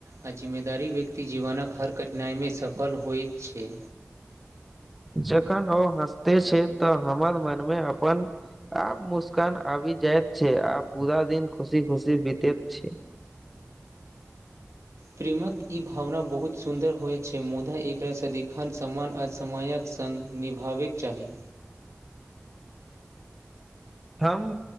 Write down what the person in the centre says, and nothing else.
जखन ओ हँसते छै तऽ हमर मन में अपन आ मुस्कान आबी जैत छै आ पूरा दिन खुशी खुशी बितैत छै
हम